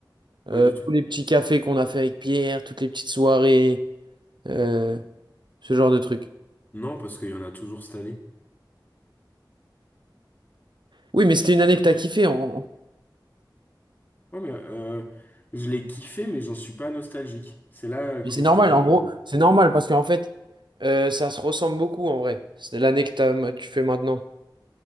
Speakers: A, on the right; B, on the left.
A: euh,
B: pas du
A: euh,
B: tout.
A: tous les petits cafés qu'on a fait avec Pierre, toutes les petites soirées, euh, ce genre de trucs.
B: Non, parce qu'il y en a toujours cette année.
A: Oui, mais c'était une année que t'as kiffé. En...
B: Ouais, mais euh, je l'ai kiffé, mais j'en suis pas nostalgique. C'est là
A: Mais
B: que
A: c'est normal,
B: je te dis
A: en
B: que
A: gros, c'est normal parce qu'en fait, euh, ça se ressemble beaucoup en vrai. C'est l'année que t'as- tu fais maintenant.